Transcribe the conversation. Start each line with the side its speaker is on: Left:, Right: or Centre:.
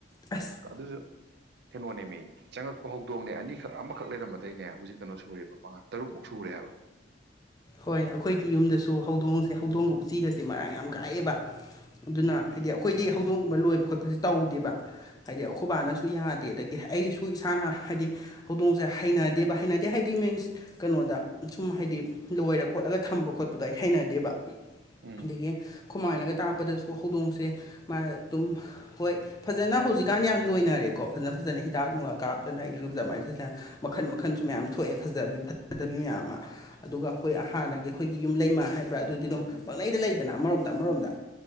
Left: ꯑꯁ
Right: ꯑꯗꯨꯁꯨ ꯀꯩꯅꯣꯅꯦꯃꯤ ꯆꯪꯉꯛꯄ ꯍꯧꯗꯣꯡꯅꯦ ꯑꯅꯤꯈꯛ ꯑꯃꯈꯛ ꯂꯩꯔꯝꯕꯗꯩꯅꯦ ꯍꯧꯖꯤꯛ ꯀꯩꯅꯣ ꯁꯨꯔꯦꯕ ꯃꯉꯥ ꯇꯔꯨꯛꯃꯨꯛ ꯁꯨꯔꯦ ꯍꯥꯏꯕ
Left: ꯍꯣꯏ ꯑꯩꯈꯣꯏꯒꯤ ꯌꯨꯝꯗꯁꯨ ꯍꯧꯗꯣꯡꯁꯦ ꯍꯧꯗꯣꯡꯒ ꯎꯆꯤꯒꯁꯦ ꯃꯔꯥꯡ ꯌꯥꯝ ꯀꯥꯏꯑꯦꯕ ꯑꯗꯨꯅ
Right: ꯎꯝ
Left: ꯍꯥꯏꯗꯤ ꯑꯩꯈꯣꯏꯗꯤ ꯍꯧꯗꯣꯡꯒꯨꯝꯕ ꯂꯣꯏꯕ ꯈꯣꯠꯄꯁ ꯇꯧꯗꯦꯕ ꯍꯥꯏꯗꯤ ꯑꯩꯈꯣꯏꯕꯥꯅꯁꯨ ꯁꯨ ꯌꯥꯗꯦ ꯑꯗꯒꯤ ꯑꯩꯁꯨ ꯏꯁꯥꯅ ꯍꯥꯏꯗꯤ ꯍꯧꯗꯣꯡꯁꯦ ꯍꯩꯅꯗꯦꯕ ꯍꯩꯅꯗꯦ ꯍꯥꯏꯗꯤ ꯃꯤꯟꯁ ꯀꯩꯅꯣꯗ ꯁꯨꯝ ꯍꯥꯏꯗꯤ ꯂꯣꯏꯔ ꯈꯣꯠꯂꯒ ꯊꯝꯕ ꯈꯣꯠꯄꯗꯣ ꯑꯩ ꯍꯩꯅꯗꯦꯕ
Right: ꯎꯝ
Left: ꯑꯗꯒꯤ ꯈꯨꯃꯥꯏꯅꯒ ꯇꯥꯛꯄꯗꯁꯨ ꯍꯧꯗꯣꯡꯁꯦ ꯃꯥ ꯑꯗꯨꯝ ꯍꯣꯏ ꯐꯖꯅ ꯍꯧꯖꯤꯛꯀꯥꯟ ꯌꯥꯝ ꯂꯣꯏꯅꯔꯦꯀꯣ ꯐꯖꯅ ꯐꯖꯅ ꯍꯤꯗꯥꯛ ꯅꯨꯡꯉꯥ ꯀꯥꯞꯇꯅ ꯏꯔꯨꯗꯃꯥꯏꯅ ꯐꯖꯅ ꯃꯈꯟ ꯃꯈꯟꯁꯨ ꯃꯌꯥꯝ ꯊꯣꯛꯑꯦ ꯐꯖꯕꯤ ꯐꯖꯗꯕꯤ ꯃꯌꯥꯝ ꯑꯃ ꯑꯗꯨꯒ ꯑꯩꯈꯣꯏ ꯍꯥꯟꯅꯒꯤ ꯑꯩꯈꯣꯏꯒꯤ ꯌꯨꯝ ꯂꯩꯃ ꯍꯥꯏꯕ꯭ꯔꯥ ꯑꯗꯨꯗꯤ ꯑꯗꯨꯝ ꯄꯪꯪꯂꯩꯗ ꯂꯩꯗꯅ ꯑꯃꯔꯣꯝꯗ ꯑꯃꯔꯣꯝꯗ